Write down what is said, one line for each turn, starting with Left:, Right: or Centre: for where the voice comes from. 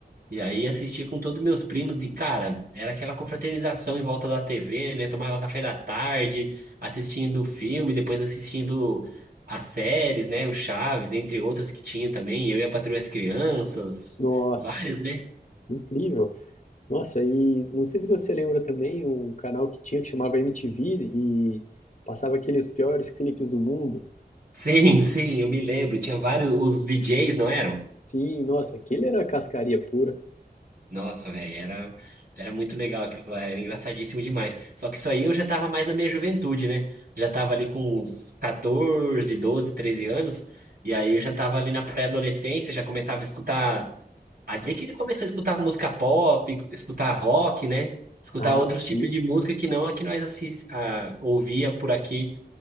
Right: E aí assistia com todos meus primos e, cara, era aquela confraternização em volta da TV, né? Tomava café da tarde, assistindo o filme, depois assistindo as séries, né? O Chaves, entre outras que tinha também. Eu e a Patroa e as Crianças,
Left: Nossa,
Right: várias, né?
Left: incrível. Nossa, e não sei se você lembra também o canal que tinha que chamava MTV e passava aqueles piores clipes do mundo.
Right: Sim, sim, eu me lembro. Tinha vários, os VJs, não eram?
Left: Sim, nossa, aquele era cascaria pura.
Right: Nossa, velho, era, era muito legal aquilo lá, era engraçadíssimo demais. Só que isso aí eu já tava mais na minha juventude, né? Já tava ali com uns 14, 12, 13 anos, e aí eu já tava ali na pré-adolescência, já começava a escutar. Ali que ele começou a escutar música pop, escutar rock, né? Escutar
Left: Ah,
Right: outros
Left: sim.
Right: tipos de música que não a que nós assist... a... ouvia por aqui